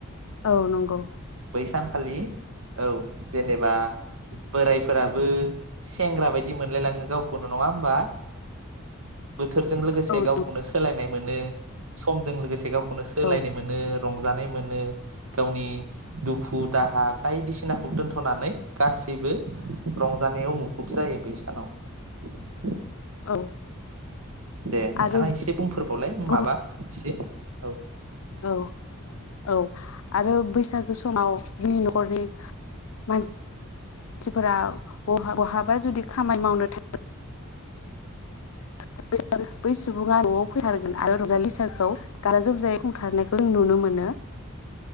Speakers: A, on the left; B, on the right.
A: औ नंगौ।
B: बै सानखालि औ जेनेबा बोरायफोराबो सेंग्रा बायदि मोनलायलाङो गावखौनो नङा होमबा? बोथोरजों लोगोसे
A: औ
B: गावखौनो सोलायनाय मोनो समजों लोगोसे गावखौनो सोलायनाय
A: औ
B: मोनो रं जानाय मोनो गावनि दुखु दाहाब बायदिसिनाखौ दोन्थ'नानै गासैबो रंजानायाव मुखुब जायो बै सानाव।
A: औ
B: दे नोंथाङा
A: आरो
B: एसे बुंफोरबावलाय
A: गुबुन
B: माबा एसे औ
A: औ औ आरो बैसागो समाव जोंनि न'खरनि मानसिफोरा बहा-बहाबा जुदि खामानि मावनो थाङो। <unintelligible> बै सुबुङा न'आव फैथारगोन आरो रंजालिसाखौ गाजा गोमजायै खुंथारनायखौ जों नुनो मोनो।